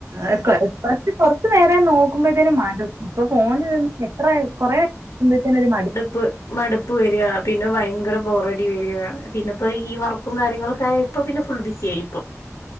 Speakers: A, on the right; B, on the left.
A: അവ് <unintelligible> കൊർച് നേരെ നോക്കുമ്പഴത്തിനും മടു പ്പൊ ഫോണിൽ നിന്ന് എത്ര കൊറെ <unintelligible> ച്ച ഒരു മടി.
B: പ് മടുപ്പ് വര്യാ പിന്നെ വയങ്കര ബോറടി വര്യ പിന്നെ പ്പോ ഈ വർക്കും കാര്യങ്ങളൊക്കെ ആയി പ്പോൾപിന്നെ ഫുൾ ബിസി ആയി പ്പം.